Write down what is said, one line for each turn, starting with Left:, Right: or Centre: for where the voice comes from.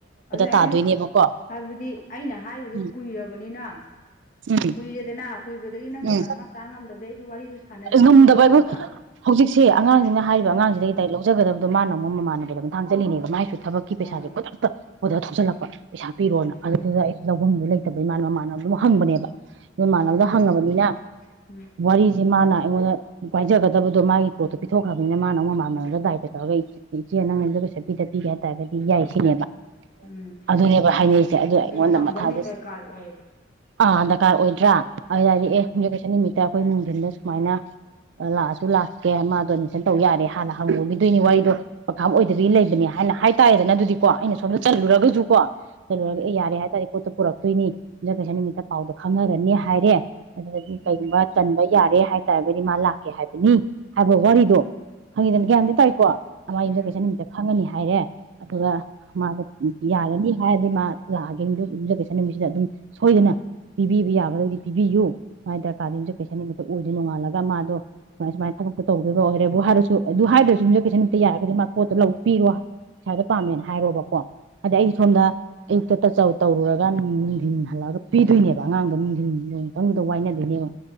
Left: ꯑꯗꯨ ꯑꯩꯁꯨ
Right: ꯇꯥꯗꯣꯏꯅꯦꯕꯀꯣ
Left: ꯍꯥꯏꯕꯗꯤ ꯑꯩꯅ ꯍꯥꯏꯔꯤꯕꯗꯨ
Right: ꯎꯝ
Left: ꯀꯨꯏꯔꯕꯅꯤꯅ
Right: ꯎꯝ
Left: ꯀꯨꯏꯔꯦꯗꯅ ꯀꯨꯏꯕ ꯑꯗꯩꯗꯤ ꯅꯪꯗꯣ
Right: ꯎꯝ
Left: ꯀꯟꯐꯥꯔ꯭ꯝ ꯇꯥ ꯉꯝꯗꯕꯗꯩ ꯑꯩꯁꯨ ꯋꯥꯔꯤꯗꯨ ꯁꯥꯟꯅꯗ꯭ꯔꯤꯅꯦꯕꯀꯣ
Right: ꯑꯁ ꯉꯝꯗꯕ ꯍꯥꯏꯕꯨ
Left: ꯃꯈꯥ
Right: ꯍꯧꯖꯤꯛꯁꯦ ꯑꯉꯥꯡꯁꯤꯅ ꯍꯥꯏꯔꯤꯕ
Left: ꯎꯝ
Right: ꯑꯉꯥꯡꯁꯤꯗꯒꯤꯗꯥꯏ ꯂꯧꯖꯒꯗꯕꯗꯣ ꯃꯥꯅ ꯑꯃꯨꯛ ꯃꯃꯥꯟꯅꯕꯗ ꯃꯥꯊꯥꯡ ꯑꯗꯨꯢꯅꯦꯕ ꯃꯥꯢꯁꯨ ꯊꯕꯛꯀꯤ ꯄꯩꯁꯥꯁꯦ
Left: ꯑꯥ
Right: ꯈꯨꯗꯛꯇ ꯑꯣꯗ꯭ꯔ ꯊꯣꯒꯜꯂꯛꯄ
Left: ꯍꯣꯏ
Right: ꯄꯩꯁꯥ ꯄꯤꯔꯣꯅ
Left: ꯎꯝ
Right: ꯑꯗꯨꯗꯨꯗ ꯑꯩꯖꯨ ꯑꯍꯨꯝꯗꯣ ꯂꯩꯇꯕꯩ ꯃꯅꯥ ꯃꯃꯥꯟꯅꯕꯗ ꯑꯃꯨꯛ ꯍꯪꯕꯅꯦꯕ ꯃꯃꯥꯟꯅꯕꯅ
Left: ꯎꯝ ꯑꯗꯨꯅ
Right: ꯍꯪꯉꯥꯕꯅꯤꯅ
Left: ꯎꯝ
Right: ꯋꯥꯔꯤ ꯁꯤ ꯃꯥꯅ ꯑꯩꯉꯣꯟꯗ ꯄꯥꯏꯖꯒꯗꯕꯗꯣ ꯃꯥꯒꯤ ꯄꯣꯠꯇꯣ ꯄꯤꯊꯣꯛꯈ꯭ꯔꯕꯅꯤꯅ ꯃꯅꯥ ꯑꯃꯨꯛ ꯃꯥꯟꯅꯔ ꯗꯥꯏꯇ ꯇꯧꯔꯒ ꯏꯆꯦ ꯅꯪ ꯌꯨꯝꯁꯥꯀꯩꯁꯥ ꯄꯤꯗ ꯄꯤꯒꯦ ꯍꯥꯏꯇꯥꯥꯔꯒꯗꯤ ꯌꯥꯏ ꯁꯤꯅꯦꯕ
Left: ꯎꯝ
Right: ꯑꯗꯨꯅꯦꯕ ꯍꯥꯏꯅꯔꯤꯁꯦ ꯑꯗꯨ ꯑꯩꯉꯣꯟꯗ
Left: ꯑꯗꯨꯅ ꯍꯪꯕ
Right: ꯃꯊꯥꯁꯦ
Left: ꯑꯃꯗꯤ ꯗꯔꯀꯥꯔ ꯑꯣꯏꯌꯦꯕ
Right: ꯑꯥꯗ ꯀꯥꯔ ꯑꯣꯏꯗ꯭ꯔꯥ ꯑꯩꯅ
Left: ꯎꯝ
Right: ꯍꯥꯢꯁꯦ ꯑꯦ ꯌꯨꯝꯁꯥꯀꯩꯁꯥ ꯅꯨꯃꯤꯠ ꯍꯥꯢ ꯀꯣꯏ ꯅꯨꯡꯗꯤꯜꯗꯁ ꯁꯨꯃꯥꯏꯅ ꯂꯥꯛꯑꯁꯨ ꯂꯥꯛꯀꯦ ꯃꯥ ꯗꯣꯅꯦꯁꯟ ꯇꯧ ꯌꯥꯔꯦ ꯍꯥꯟꯅ ꯍꯪꯉꯨꯈꯤꯗꯣꯏꯅꯤ ꯋꯥꯔꯤꯗꯣ ꯀꯟꯄꯥ꯭ꯔꯝ ꯑꯣꯏꯗꯕꯒꯤ
Left: ꯎꯝ
Right: ꯂꯩꯕꯅꯦ ꯍꯥꯏꯅ ꯍꯥꯏ ꯇꯥꯏꯌꯦꯗꯅ ꯑꯗꯨꯗꯤꯀꯣ ꯑꯩꯅꯁꯨ ꯁꯣꯝꯗ ꯆꯠꯂꯨꯔꯒꯁꯨ
Left: ꯎꯝ
Right: ꯀꯣ ꯆꯠꯂꯨꯔꯒ
Left: ꯎꯝ
Right: ꯑꯦ ꯌꯥꯔꯦ ꯍꯥꯏꯇꯥꯥꯔꯗꯤ ꯄꯣꯠꯇꯣ ꯄꯨꯔꯛꯇꯣꯏꯅꯤ ꯌꯨꯝꯁꯥꯀꯩꯁꯥ ꯅꯨꯃꯤꯠꯇ ꯄꯥꯎꯗꯣ ꯈꯪꯅꯔꯅꯤ ꯍꯥꯏꯔꯦ ꯑꯗꯨꯗꯤ
Left: ꯎꯝ
Right: ꯀꯩꯒꯨꯝꯕ ꯇꯟꯕꯩ ꯌꯥꯔꯦ ꯍꯥꯏꯇꯥꯔꯒꯗꯤ ꯃꯥ ꯂꯥꯛꯀꯦ ꯍꯥꯏꯕꯅꯤ ꯍꯥꯏꯕ ꯋꯥꯔꯤꯗꯣ
Left: ꯎꯝ
Right: ꯈꯪꯉꯤꯗꯅ
Left: ꯍꯣꯏꯅꯦ
Right: ꯒ꯭ꯌꯥꯟꯗꯤ ꯇꯥꯏꯀꯣ ꯑꯃꯥ
Left: ꯎꯝ
Right: ꯌꯨꯝꯁꯥꯀꯩꯁꯥ ꯅꯨꯃꯤꯠꯇ ꯈꯪꯉꯅꯤ ꯍꯥꯏ ꯍꯥꯏꯔꯦ ꯑꯗꯨꯒ ꯃꯥꯗꯣ ꯌꯥꯔꯅꯤ ꯍꯥꯏ ꯗꯨꯗꯤ ꯃꯥ ꯂꯥꯛꯑꯒꯦ ꯌꯨꯝꯁꯥ ꯌꯨꯝꯁꯥꯀꯩꯁꯥ ꯅꯨꯃꯤꯠꯁꯤꯗ ꯑꯗꯨꯝ ꯁꯣꯏꯗꯅ ꯄꯤꯕꯤꯕ ꯌꯥꯒꯗꯣꯢꯗꯤ ꯄꯤꯕꯤꯌꯨ ꯃꯥꯏ ꯗ꯭ꯔꯀꯥ ꯌꯨꯝꯖꯥꯀꯩꯁꯥ ꯅꯨꯃꯤꯠ ꯎꯗꯤ ꯅꯣꯡꯉꯥꯜꯂꯒ ꯃꯥꯗꯣ ꯁꯨꯃꯥꯏ ꯁꯨꯃꯥꯏ ꯊꯕꯛꯇꯣ ꯇꯧꯗꯣꯏꯕꯣ ꯑꯣꯏꯔꯦꯕꯨ ꯍꯥꯏꯔꯁꯨ ꯑꯗꯨ ꯍꯥꯏꯗ꯭ꯔꯁꯨ ꯌꯨꯃꯖꯥꯀꯩꯁꯥ
Left: ꯎꯝ
Right: ꯅꯨꯃꯤꯠꯇ ꯌꯥꯔꯒꯗꯤ ꯃꯥ ꯄꯣꯠꯇꯣ ꯂꯧ ꯄꯤꯔꯣ ꯄꯩꯁꯥꯗꯣ ꯄꯥꯝꯃꯦꯅ ꯍꯥꯏꯔꯣꯕꯀꯣ ꯑꯗ
Left: ꯍꯣꯏꯅꯦ
Right: ꯑꯩ ꯁꯣꯝꯗ ꯑꯌꯨꯛꯇ ꯇꯆꯥꯎ ꯇꯧꯔꯨꯔꯒ ꯅꯨꯡꯊꯤꯟ ꯍꯜꯂꯛꯑꯒ ꯄꯤꯗꯣꯏꯅꯦꯕ ꯑꯉꯥꯡꯗꯣ ꯅꯨꯡꯊꯤꯟ ꯅꯣꯡꯇꯡꯗꯨꯗꯥ ꯋꯥꯏꯅꯗꯣꯏꯅꯦꯕ